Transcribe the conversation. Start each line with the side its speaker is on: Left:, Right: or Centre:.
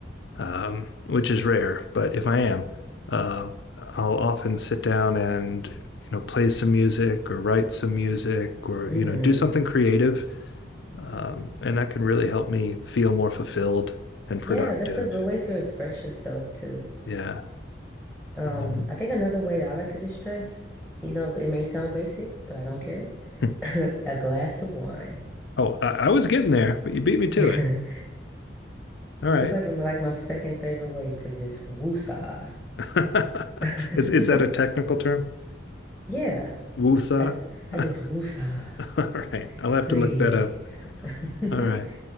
Left: um, which is rare, but if I am, uh, I'll often sit down and you know play some music or write some music or
Centre: Mm-hmm.
Left: you know do something creative, um, and that can really help me feel more fulfilled and productive.
Centre: Yeah, that's a good way to express yourself too.
Left: Yeah.
Centre: Um,
Left: Um,
Centre: I think another way I like to distress, you know, it may sound basic, but I don't care.
Left: <laughs>
Centre: <laughs> A glass of wine.
Left: Oh, I, I was getting there, but you beat me to
Centre: <laughs> That's
Left: it. All right.
Centre: like like my second favorite way to just woosah.
Left: <laughs>
Centre: <laughs>
Left: Is is that a technical term?
Centre: Yeah,
Left: Wusa?
Centre: I
Left: <laughs>
Centre: I just woosah,
Left: All right. I'll have
Centre: breathe.
Left: to look that up.
Centre: <laughs>
Left: All right.